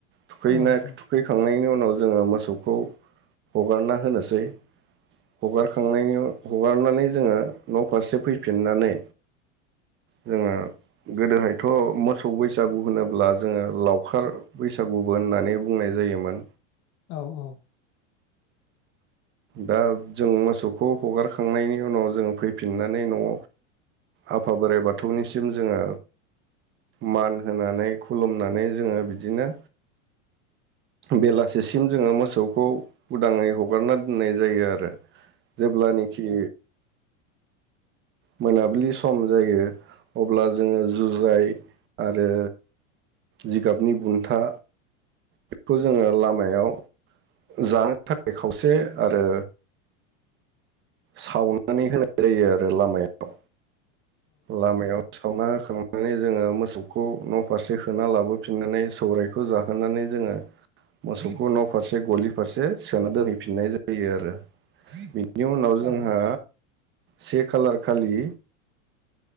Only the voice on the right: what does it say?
थुखैनाय
थुखैखांनायनि उनाव ओ जों मोसौखौ हागारना होनोसै हागारखांनायनि हगारनानै जोंङो न' फारसे फैफिननानै जोंंङो गोदोहायथ' मोसौ मोसौ बैसागु होनोब्ला जोंङो लावखार बैसागुबो होननानै बुंनाय जायोमोन
दा जों मोसौखौ हगारखांनायनि उनाव जों फैफिननानै न'आव आफा बोराइ बाथौनिसिम जोंङो मान होनानै खुलुमनानै जोंङो बिदिनो बेलासिसिम जोंङो मोसौखौ उदांङै हगारना दोननाय जायो आरो जेब्लानेखि मोनाबिलि सम जायो अब्ला जोंङो जुजाय आरो जिगाबनि बुन्था बेखौ जोंङो लामायाव जानो थाखाय खावसे आरो सावनानै होनाय जायो आरो लामायाव लामायाव सावना होखां नानै जोंङो मोसौखौ न' फारसे होना लाबोफिननानै सौरायखौ जाहोनानै जोंङो मोसौखौ न' फारसे गलि फारसे सोना दोनहैफिननाय जायो आरो बिनि उनाव जोंहा से खाालार खालि